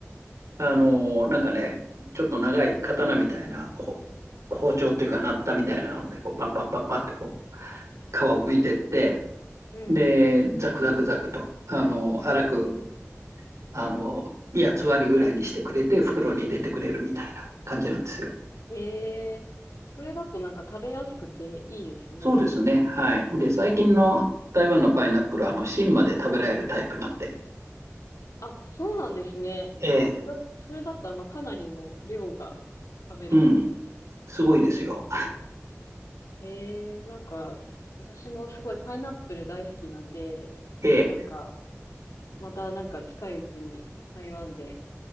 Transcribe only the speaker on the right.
あの、なんかね、ちょっと長い刀みたいな、ほ包丁っていうかなったみたいなので、こう、パッパッパッパッってこう、皮を剥いてって、
で、ザクザクザクと、あの、粗くあの、8つ割ぐらいにしてくれて、袋に入れてくれるみたいな感じなんですよ。
そうですね。はい。で、最近の台湾のパイナップルは、
あの、芯まで食べられるタイプなんで、
ええ、
うん、すごいですよ。
ええ、